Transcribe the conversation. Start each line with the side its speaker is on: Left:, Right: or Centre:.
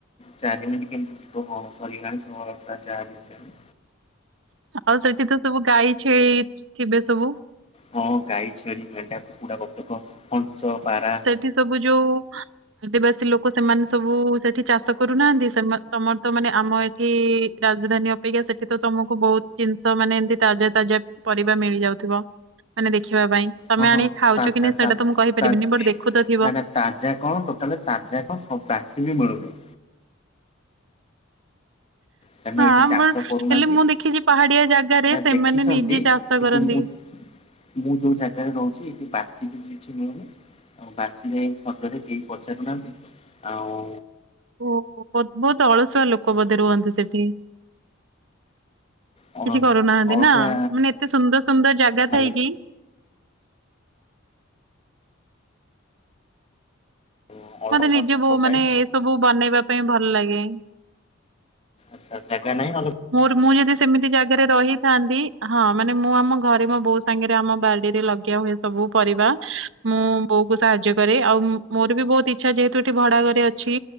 Left: ଚାରିଦିନି କେମିତି ଯିବ କଣ ସରିଗଲାଣି। <unintelligible>
Right: ଆଉ ସେଠି ତ ସବୁ ଗାଈ ଛେ ଥିବେ ସବୁ?
Left: ହଁ ଗାଈ ଛେଳି ମେଣ୍ଢା କୁକୁଡା ବତକ ପଞ୍ଚ ପାରା।
Right: କି ସବୁ ଯୋଉ। ଆଦିବାସୀ ଲୋକ ସେମାନେ ସବୁ ସେଠି ଚାଷ କରୁନାହାନ୍ତି ସେମା ତମର ତ ମାନେ ଆମ ଏଠି। ରାଜଧାନୀ ଅପେକ୍ଷା ସେଠି ତ ତମୁକୁ ବହୁତ ଜିନିଷ ମାନେ ଏମତି ତାଜା ତାଜା ପରିବା ମିଳିଯାଉଥିବ। ମାନେ ଦେଖିବା ପାଇଁ ତମେ
Left: ହଁ
Right: ଆଣିକି
Left: ହଁ
Right: ଖାଉଛ
Left: ତାଜା
Right: କି ନା ସେଇଟା
Left: ତା
Right: ତ ମୁଁ କହିପାରିବିନି
Left: ତା
Right: ବଟ୍ ଦେଖୁ ତ ଥିବ।
Left: ନା ନା ତାଜା କଣ ଟୋଟାଲେ ତାଜା କଣ ସବୁ ଚାଷୀ ବି ମିଳୁନାହିଁ। କାରଣ
Right: ହଁ
Left: ଏଠି ଚାଷ
Right: ବଲ୍
Left: କରୁନାହାନ୍ତି
Right: ହେଲେ ମୁଁ ଦେଖିଛି ପାହାଡିଆ ଜାଗାରେ
Left: ନା
Right: ସେମାନେ
Left: ଦେଖିଛନ୍ତି
Right: ନିଜେ ଚାଷ
Left: କିନ୍ତୁ
Right: କରନ୍ତି।
Left: ମୁଁ ମୁଁ ଯୋଉ ଜାଗାରେ ରହୁଛି ଏଠି ବାକଛି ବି କିଛି ରୁହେନି। ଆଉ ବାସି ଯାଇଁ ଖଟରେ କେହି ପଚାରୁନାହାନ୍ତି ଆଉ।
Right: ଓ ବୋଧ ବହୁତ୍ ଅଳସୁଆ ଲୋକ ବୋଧେ ରୁହନ୍ତି ସେଠି?
Left: ଅଳସୁଆ
Right: କିଛି କରୁନାହାନ୍ତି ନା ମାନେ ଏତେ ସୁନ୍ଦର ସୁନ୍ଦର ଜାଗା
Left: ମାନେ
Right: ଥାଇକି।
Left: <unintelligible>
Right: ମତେ ନିଜକୁ
Left: ଦୁଃଖ ପାଇଁ
Right: ମାନେ ଏସବୁ ବନେଇବା ପାଇଁ ଭଲ ଲାଗେ।
Left: ଆଚ୍ଛା ଆଚ୍ଛା କାନାଇଁ <unintelligible>
Right: ମୋର ମୁଁ ଯଦି ସେମିତି ଜାଗାରେ ରହିଥାନ୍ତି। ହଁ ମାନେ ମୁଁ ଆମ ଘରେ ମୋ ବୋଉ ସାଙ୍ଗରେ ଆମ ବାଡିରେ ଲଗେଇବା ହୁଏ ସବୁ ପରିବା। ମୁଁ ବୋଉ କୁ ସାହାଯ୍ୟ କରେ ଆଉ ମୋର ବି ବହୁତୁ ଇଛା ଯେହେତୁ ଏଠି ଭଡା ଘରେ ଅଛି